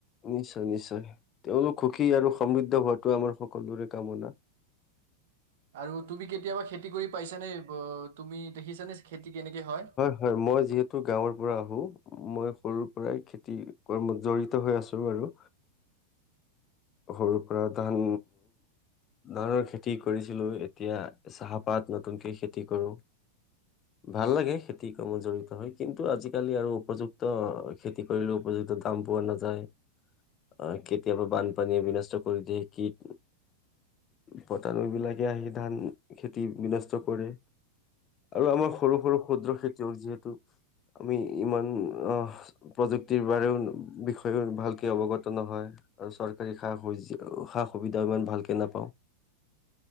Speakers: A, on the left (about 30°); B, on the right (about 55°).
A: নিশ্চয়, নিশ্চয়। তেওঁলোক সুখী আৰু সমৃদ্ধ হোৱাটোৱেই আমাৰ সকলোৰে কামনা।
B: আৰু তুমি কেতিয়াবা খেতি কৰি পাইছানে? ব, তুমি দেখিছানে খেতি কেনেকে হয়?
A: হয়, মই যিহেতু গাঁৱৰ পৰা আহোঁ। মই সৰুৰ পৰাই খেতি কৰ্মত জড়িত হৈ আছোঁ আৰু। সৰু পৰা ধান ধৰণৰ খেতি কৰিছিলোঁ, এতিয়া চাহপাত নতুনকে খেতি কৰোঁ। ভাল লাগে, খেতি কৰ্মত জড়িত হৈ। কিন্তু আজিকালি আৰু উপযুক্ত খেতি কৰিলেও উপযুক্ত দাম পোৱা নাযায়। অ', কেতিয়াবা বান পানীয়ে বিনষ্ট কৰি দিয়ে, কিট পতানো বিলাকে আহি ধান খেতি বিনষ্ট কৰে। আৰু আমাৰ সৰু, সৰু ক্ষুদ্ৰ খেতি জীৱন যিহেতু, আমি ইমান <unintelligible> বিষ বিষয়েও ভালকে অৱগত নহয়, আৰু চৰ চৰকাৰী সা <unintelligible> সা সুবিধাও ইমান ভালকে নাপাওঁ।